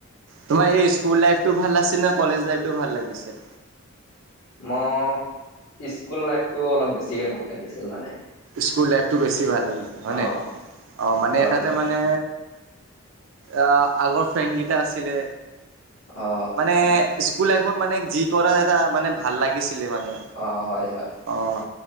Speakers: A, on the right (about 60°); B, on the left (about 65°).
A: তোমাৰ এই স্কুল লাইফটো ভাল আছিল নে? কলেজ লাইফটো ভাল লাগিছে?
B: মই স্কুল লাইফটো অলপ বেছিকে ভাল লাগিছিল মানে।
A: স্কুল লাইফটো বেছি ভাল লাগিছে হয়
B: অ
A: নে? অ' মানে
B: হয়
A: তাতে
B: হয়
A: মানে। আহ আগৰ ফ্ৰেণ্ড কেইটা আছিলে
B: অ
A: মানে স্কুল লাইফত মানে যি কৰা যায় মানে এটা মানে ভাল লাগিছিলে মানে।
B: অ হয় হয়
A: অ'